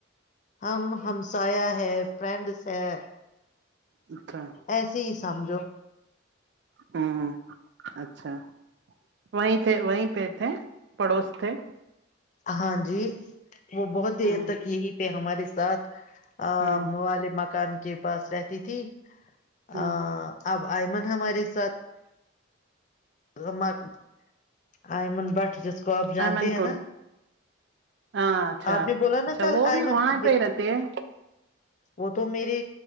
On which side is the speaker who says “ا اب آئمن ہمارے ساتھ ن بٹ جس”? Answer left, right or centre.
Left